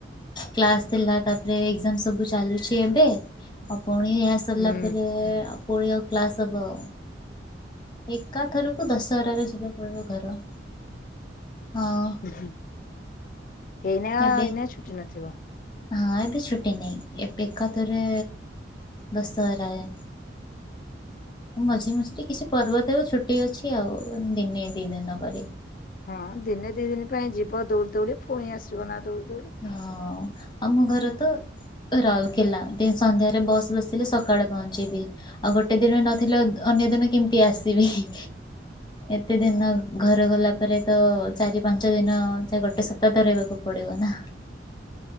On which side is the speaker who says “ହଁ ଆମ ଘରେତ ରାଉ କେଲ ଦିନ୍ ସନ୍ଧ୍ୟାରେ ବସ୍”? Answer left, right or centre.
Left